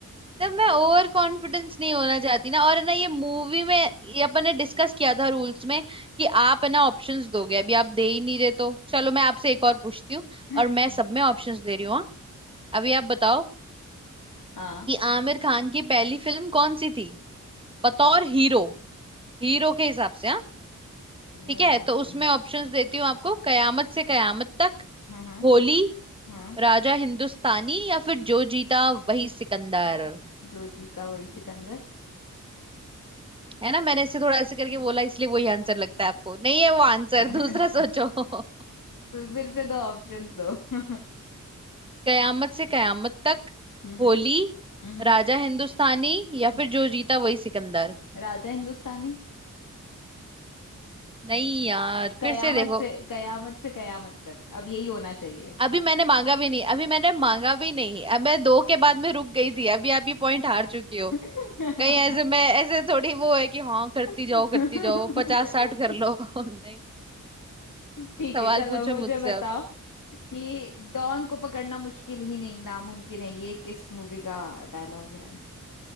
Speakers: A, on the right; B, on the left.
A: तो मैं ओवर कॉन्फिडेंस नहीं होना चाहती ना और है ना ये मूवी में ये अपन ने डिस्कस किया था रूल्स में कि आप है ना ऑप्शंस दोगे अभी आप दे ही नहीं रहे तो चलो मैं आपसे एक और पूछती हूँ
B: <laughs>
A: और मैं सब में ऑप्शंस दे रही हूँ हाँ? अभी आप बताओ
B: हाँ
A: कि आमिर खान की पहली फिल्म कौन सी थी बतौर
B: अ,
A: हीरो हीरो के हिसाब से हाँ
B: न-
A: ठीक है तो उसमें ऑप्शंस देती हूँ आपको कयामत से कयामत तक
B: हम्म
A: होली
B: हम्म
A: राजा हिंदुस्तानी या फिर जो जीता वही सिकंदर
B: जो जीता वही सिकंदर <laughs>
A: है ना मैंने इससे थोड़ा ऐसे करके बोला इसलिए वही आंसर लगता है आपको नहीं है वो आंसर
B: तो
A: दूसरा सोचो <laughs>
B: फिर से दो ऑप्शंस दो <laughs>
A: कयामत से कयामत तक
B: हम्म
A: होली
B: हम्म हम्म,
A: राजा हिंदुस्तानी या
B: हम्म।
A: फिर जो जीता वही सिकंदर
B: राजा हिंदुस्तानी
A: नहीं यार
B: कयामत
A: फिर से देखो
B: से कयामत से कयामत तक अब यही होना चाहिए
A: अभी मैंने मांगा भी नहीं अभी मैंने मांगा भी नहीं अब मैं दो के बाद में रुक गई थी अभी आप ये पॉइंट हार चुकी हो
B: <laughs>
A: कहीं ऐसे मैं ऐसे थोड़ी वो है कि हाँ करती
B: <laughs>
A: जाओ करती जाओ पचास साठ कर लो <laughs> नहीं
B: ठीक
A: सवाल
B: है चलो
A: पूछो
B: मुझे
A: मुझसे
B: बताओ
A: अब
B: कि डॉन को पकड़ना मुश्किल ही नहीं नामुमकिन है ये किस मूवी का डायलॉग है